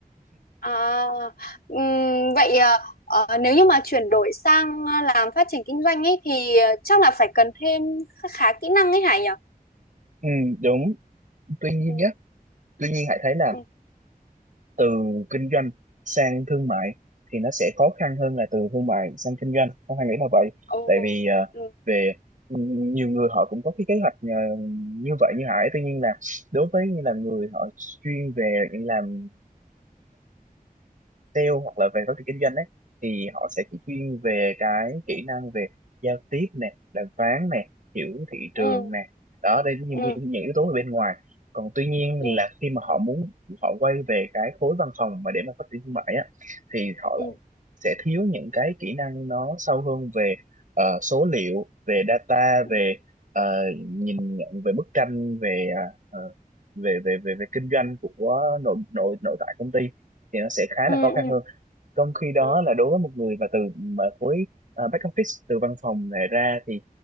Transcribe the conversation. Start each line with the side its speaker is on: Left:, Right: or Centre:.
Left: À, ừm, vậy ờ, ờ, nếu như mà chuyển đổi sang ờ, làm phát triển kinh doanh ấy thì ờ, chắc là phải cần thêm khá, khá kỹ năng ấy Hải nhỉ?
Right: ừ, đúng tuy nhiên
Left: Ừ,
Right: nhé tuy nhiên Hải thấy là
Left: ừ,
Right: từ kinh doanh sang thương mại thì nó sẽ khó khăn hơn là từ thương mại sang kinh doanh không hay nghĩ là vậy
Left: ồ,
Right: tại vì ờ,
Left: ừ,
Right: về nhiều người họ cũng có cái kế hoạch ờ, như vậy như Hải tuy nhiên là đối với như là người họ chuyên về những làm sale hoặc là về phát triển kinh doanh ấy thì họ sẽ chỉ chuyên về cái kỹ năng về giao tiếp nè đàm phán nè hiểu thị trường
Left: ừ,
Right: nè đó đây là những,
Left: ừ,
Right: những những yếu tố ở bên ngoài còn tuy nhiên
Left: ừ,
Right: là khi mà họ muốn họ quay về cái khối văn phòng mà để mà phát triển thương mại á thì họ
Left: ừ,
Right: lại
Left: ừ,
Right: sẽ thiếu những cái kỹ năng nó sâu hơn về ờ, số liệu về data
Left: ừ,
Right: về ờ, nhìn nhận về bức tranh về à, ờ, về về về về kinh doanh của nội nội nội tại công ty thì nó sẽ khá
Left: ừ,
Right: là khó khăn
Left: ừ,
Right: hơn trong khi đó
Left: ờ,
Right: là đối với một người mà từ mà khối ờ, back office từ văn phòng này ra thì